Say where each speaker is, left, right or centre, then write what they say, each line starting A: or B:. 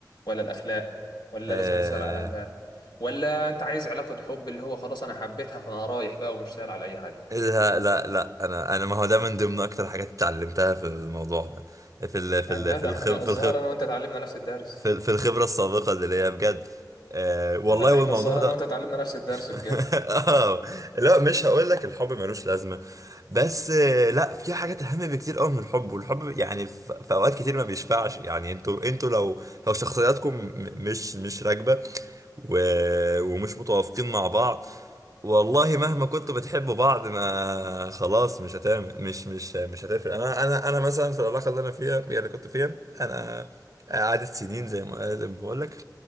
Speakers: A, on the left; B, on the right.
A: ولا الاخلاق ولا
B: آه،
A: لازم تسأل على اهلها ولا انت عايز علاقة حب اللي هو خلاص انا حبيتها فانا رايح بقى ومش سأل على اي حاجة
B: لا لا لا انا انا ما هو ده من ضمن اكتر حاجات اتعلمتها في الموضوع ده في ال في
A: قال
B: ال
A: لا
B: في
A: ده
B: الخب
A: احنا
B: في
A: الظاهر
B: الخب
A: انا وانت اتعلمنا نفس الدرس
B: في, ال- في الخبرة السابقة اللي هي بجد آه والله
A: لا
B: والموضوع
A: احنا الظاهر
B: ده
A: انا وانت اتعلمنا نفس الدرس بجد
B: <laughs> اه لا مش هقول لك الحب ملوش لازمة بس آه لا في حاجات اهم بكتير قوي من الحب والحب يعني في في اوقات كتير ما بيشفعش يعني انتوا انتوا لو لو شخصياتكم م- مش مش راكبة و... ومش متوافقين مع بعض والله مهما كنتوا بتحبوا بعض ما خلاص مش هتعمل مش مش مش هتفرق انا انا انا مثلا في العلاقه اللي انا فيها هي اللي كنت فيها انا قعدت سنين زي ما زي ما بقول لك